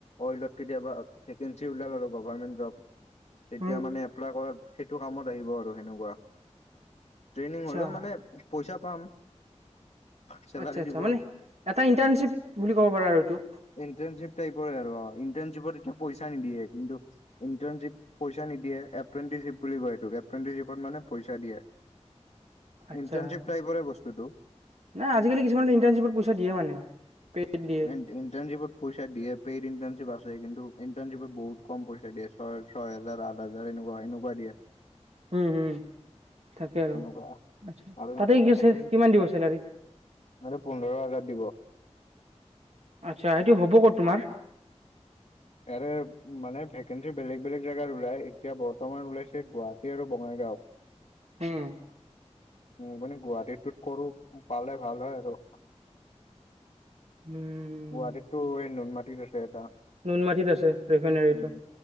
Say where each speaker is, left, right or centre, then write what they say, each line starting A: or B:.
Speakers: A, on the left; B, on the right.
A: অইলত কেতিয়াবা ভেকেঞ্চি ওলাল আৰু গভমেন্ট জব তেতিয়া
B: উম,
A: মানে এপ্লাই কৰাত সেইটো কামত আহিব আৰু সেনেকুৱা ট্ৰেইনিং
B: আচ্ছা,
A: হ'লেও মানে পইচা পাম। চেলাৰী
B: আচ্ছা আচ্ছা
A: দিব
B: মানে এটা ইন্টাৰ্ণশ্বিপ বুলি ক'ব পাৰা আৰু এইটো।
A: ইণ্টানশ্বিপ টাইপৰে আৰু ইণ্টাৰণশ্বিপত এতিয়া পইচা নিদিয়ে কিন্তু ইণ্টানচিপ পইচা নিদিয়ে এপ্ৰেণ্টিশ্বপ বুলি কয় এইটোযে এপ্ৰেণ্টিশ্বপত মানে পইচা দিয়ে।
B: <inaudible> আচ্ছা।
A: ইন্টাৰ্ণশ্বিপ টাইপৰে বস্তুটো।
B: নাই আজিকালি কিছুমান ইণ্টাৰ্শ্বিপত পইচা দিয়ে মানে পেড দিয়ে।
A: ই ইন্টাৰ্ণশ্বিপ পইচা দিয়ে পেইড ইন্টাৰ্ণশ্বিপ আছে কিন্তু ইন্টাৰ্ণশ্বিপত বহুত কম পইচা দিয়ে। ছয় ছয় হোজাৰ আঠ হাজাৰ এনেকুৱা এনেকুৱা দিয়ে।
B: উম হম থা কে আৰু
A: এনেকুৱা
B: তাতে
A: আৰু এইটোত
B: ইন্টাৰ্ণশ্বিপ
A: এপ্ৰেন
B: কিমান দিব চেলাৰী?
A: মানে পোন্ধৰ হাজাৰ দিব।
B: আচ্ছা, সেইটো হ'ব ক'ত তোমাৰ?
A: ইয়াৰে মানে ভেকেঞ্চি বেলেগ বেলেগ জেগাত ওলাই। এতিয়া বৰ্তমান ওলাইছে গুৱাহাটী আৰু বঙাইগাঁও।
B: উম
A: উম মানে গুৱাহাটীতো কৰো পালে ভাল হয় আৰু।
B: উম
A: গুৱাহাটীতটো এই নুন মাটিত আছে এটা।
B: নুনমাটিত আছে ৰিফাইনোৰীটো
A: উম